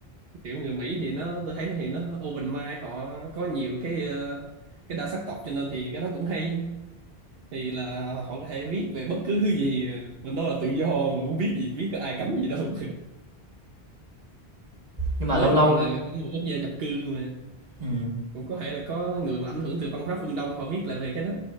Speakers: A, on the right (about 70°); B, on the right (about 40°).
A: kiểu người Mỹ thì nó tôi thấy nó thì nó open mind họ có nhiều cái ờ, cái đa sắc tộc cho nên thì cái đó cũng hay thì là họ có thể viết về bất cứ thứ gì mình nói là tự do muốn viết gì viết có ai cấm gì đâu <laughs>
B: nhưng mà
A: với
B: lâu
A: họ
B: lâu
A: là cái người quốc gia nhập cư mà
B: ừ,
A: cũng có thể là có người mà ảnh hưởng từ văn hóa phương Đông họ viết lại về cái đó